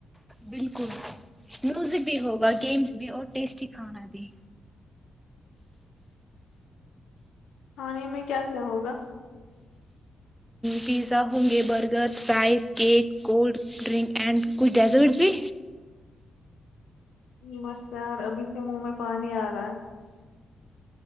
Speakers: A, in the centre; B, on the left (about 85°).
A: بالکل میوزک بھی ہوگا گیمس بھی اور ٹیسٹی کھانا بھی
B: آنے میں کیا کیا ہوگا
A: پیزا ہوں گے burger fries cake cold drink and کچھ ڈیزرٹس بھی
B: بس یار ابھی سے منہ میں پانی آ رہا ہے